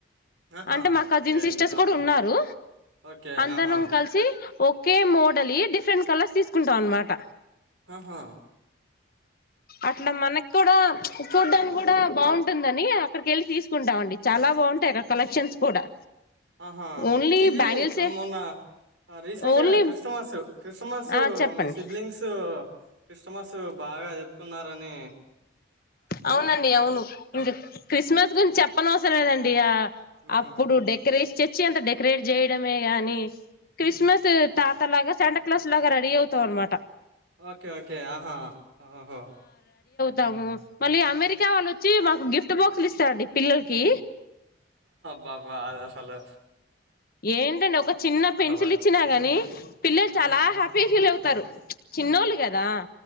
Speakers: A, on the right; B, on the left.
A: ఆహా
B: అంటే మా కజిన్
A: ఓకే
B: సిస్టర్స్
A: ఇంకా అద్భుతం
B: కూడా ఉన్నారు
A: ఓకే
B: అందరం
A: ఆహా
B: కలిసి ఓకె మోడల్ డిఫరెంట్ కలర్స్ తీస్ కుంటాం అన్నమాట
A: ఆ హా
B: అట్లా మనకు కూడా చూడ్డానికి గూడా బావుంటుందని అక్కడికెళ్ళి తీసుకుంటాం అండి చాలా బాగుంటాయ్ అక్కడ కలెక్షన్స్ కూడా
A: ఆహా
B: ఓన్లీ
A: ఇది
B: బ్యాంగిల్సే
A: మొన్న రీసెంట్గా
B: ఓన్లీ
A: క్రిష్ణమాస్ క్రిస్మస్
B: ఆ చెప్పండి
A: మీ సిబ్లింగ్స్ క్రిస్ట్ మస్ బాగా చెప్పుకున్నారని
B: అవునండి అవును ఇంక క్రిస్మస్ గురించి చెప్పనవసరం లేదండి ఆ
A: హ్మ్.
B: అప్పుడు డెకరేష్ చర్చి ఎంత డెకరేట్ చేయడమే గాని క్రిస్మస్ తాత లాగా శాంట క్లాస్ లాగా రెడీ అవుతాం అనమాట
A: ఓకే ఓకే ఆహా ఓ ఓ హో
B: టాము మళ్ళీ అమెరికా వాళ్ళు వచ్చి మాకు గిఫ్ట్ బాక్సులు ఇస్తారండి పిల్లలకి
A: బాబా అసలు
B: ఏంటండి ఒక చిన్న పెన్సిల్
A: బాగా
B: ఇచ్చినా గాని పిల్లలు
A: హ్మ్.
B: చాలా హ్యాపీగ ఫీల్ అవుతారు చిన్నోళ్ళు కదా